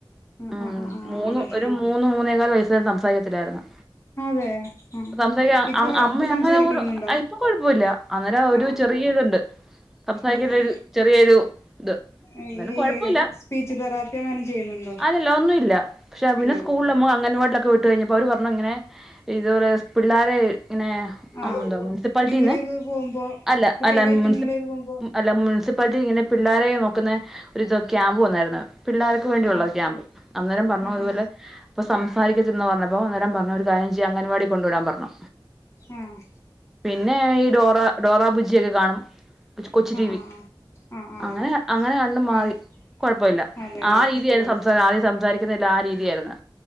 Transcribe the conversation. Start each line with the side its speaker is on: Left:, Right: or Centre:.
Left: ആഹ്
Centre: മ്മ്
Left: ആഹ് ആഹ്
Centre: മൂന്ന്
Left: ആഹ്
Centre: ഒരു മൂന്ന് മൂന്നേകാല് വയസ് വരെ സംസാരിക്കത്തിലായിരുന്ന്
Left: അതെ ആഹ്
Centre: സംസാരിക്ക
Left: ഇപ്പൊ
Centre: അ അമ്മ
Left: സംസാരിക്കുന്നുണ്ടോ
Centre: അങ്ങനെ പോലും ഇപ്പൊ കുഴപ്പമില്ല അന്നേരം ഒരു
Left: ആഹ്
Centre: ചെറിയ ഇതുണ്ട് സംസാരികാൻ
Left: ആഹ്
Centre: ഒരു ചെറിയൊരു ഇത്
Left: ആഹ്
Centre: എന്നാലും
Left: ഈ
Centre: കൊഴപ്പുല്ല
Left: സ്പീച്ച് തെറാപ്പി അങ്ങനെ ചെയ്യുന്നുണ്ടോ
Centre: അല്ലല്ല ഒന്നുല്ല പക്ഷെ പിന്ന
Left: ഇല്ല
Centre: സ്കൂളമോ
Left: അല്ലേ ആഹ്
Centre: അങ്ങൻവാടിലൊക്കെ വി വിട്ട് കഴിഞ്ഞപ്പോ അവര് പറഞ്ഞു ഇങ്ങനെ ഇതുപോലെ പിള്ളേരെ ഇങ്ങനെ
Left: ആഹ്
Centre: <unintelligible> പാലിട്ടീന്നു
Left: മിംഗിളെയ്ത് പോകുമ്പോ
Centre: അല്ല
Left: കുട്ടികളായിട്ട്
Centre: അല്ല മുനിസി
Left: മിംഗിളെയ്ത് പോകുമ്പോ
Centre: അല്ല മുനിസിപ്പാലിറ്റി ഇങ്ങനെ പിള്ളേരെ നോക്കുന്ന ഒരു ഇത് ക്യാമ്പ് വന്നായിരുന്ന് പിള്ളേര് വേണ്ടിയുള്ള
Left: ആഹ്
Centre: ഒരു ക്യാമ്പ് അന്നേരം പറഞ്ഞു
Left: ആഹ്
Centre: ഇതുപോലെ അപ്പോ സംസാരിക്കതിലെന്ന് പറഞ്ഞപ്പോ അന്നെരം പറഞ്ഞു ഒരു കാര്യം ചെയ്യ് അംഗൻവാടി കൊണ്ടു വിടാൻ പറഞ്ഞു
Left: ആഹ്
Centre: പിന്നെ ഈ ഡോറ ഡോറ ബുജിയൊക്കെ കാണും കൊച്ച്
Left: ആഹ്
Centre: ടിവി
Left: ആഹ് ആഹ് ആഹ്
Centre: അങ്ങനെ അങ്ങനെ കണും മാറി
Left: ആഹ് ആഹ് ആഹ് അങ്ങനെ
Centre: കുഴപ്പുല്ല
Left: അതെല്ലേ
Centre: ആഹ് രീതിയയിന്ന
Left: ഇപ്പൊ കൊഴപ്പല്ല
Centre: സംസ ആഹ് സംസാരി ക്കുന്നയെല്ലാം ആഹ് രീതിയായിര് ന്ന്